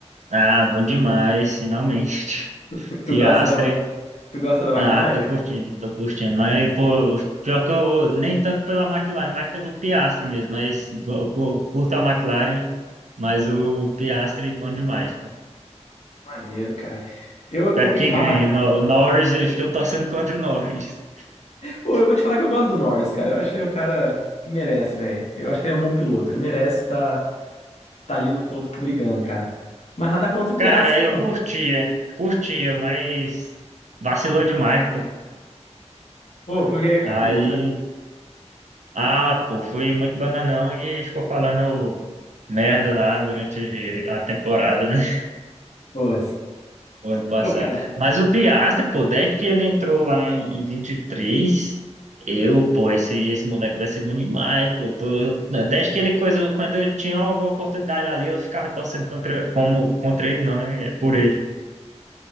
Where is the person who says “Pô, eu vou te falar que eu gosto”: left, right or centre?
Left